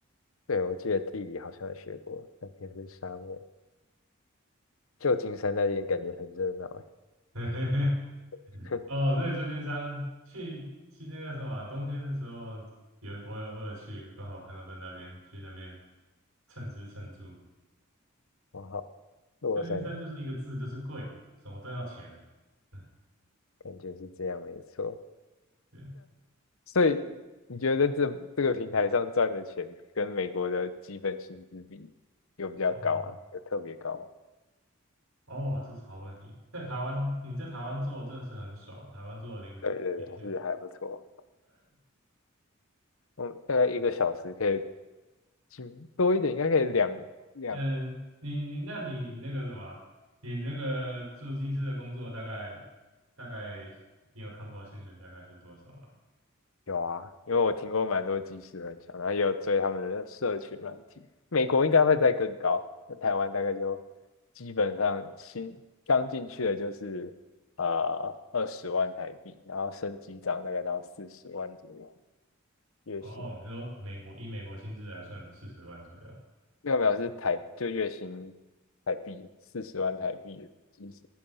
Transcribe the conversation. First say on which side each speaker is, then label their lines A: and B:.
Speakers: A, on the left (about 80°); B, on the right (about 85°).
A: 对，我记得地理好像有学过，那边是沙漠。旧金山那边感觉很热闹，哎，
B: <laughs> 嘿嘿嘿，
A: <laughs>
B: 哦，对，旧金山去去那个什么，冬天的时候有我有我有去，刚好朋友在那边去那边蹭吃蹭住。
A: 哇好，洛杉山。
B: 旧金山就是一个字，就是贵，什么都要钱。嗯，
A: 感觉是这样，没错。
B: 对，
A: 所以你觉得这这个平台上赚的钱跟美国的基本薪资比有比较高啊？
B: 嗯，
A: 有特别高吗？
B: 哦，这是好问题。在台湾，你在台湾做真的是很爽，台湾做的零零下。
A: 对对对，是还不错。嗯，大概一个小时可以，嗯，多一点，应该可以两两
B: 嗯，你你那你那个什么，你那个做技师的工作大概大概，你有看过薪水大概是多少吗？
A: 有啊，因为我听过蛮多即时分享，然后也有追他们的社群软体。美国应该会再更高，那台湾大概就基本上新刚进去的就是呃二十万台币，然后升级涨大概到四十万左右月薪。
B: 哦，你说美国以美国薪资来算四十万左右？
A: 没有没有是台就月薪台币四十万台币即时，